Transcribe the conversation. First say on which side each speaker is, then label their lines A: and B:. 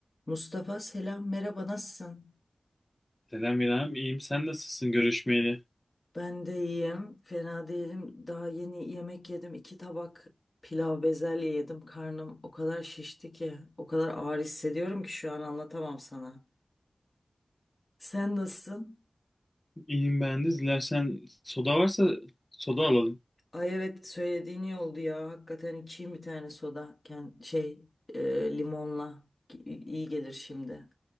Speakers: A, on the left (about 40°); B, on the left (about 20°).
A: Mustafa selam merhaba nasılsın?
B: Selam İrem, iyiyim. Sen nasılsın görüşmeyeli?
A: Ben de iyiyim fena değilim daha yeni yemek yedim iki tabak pilav bezelye yedim karnım o kadar şişti ki o kadar ağır hissediyorum ki şu an anlatamam sana. Sen nasılsın?
B: İyiyim ben de. Dilersen soda varsa soda alalım.
A: Ay evet söylediğin iyi oldu ya. Hakikaten içeyim bir tane soda. Ken- şey e, limonla Ki- iyi gelir şimdi.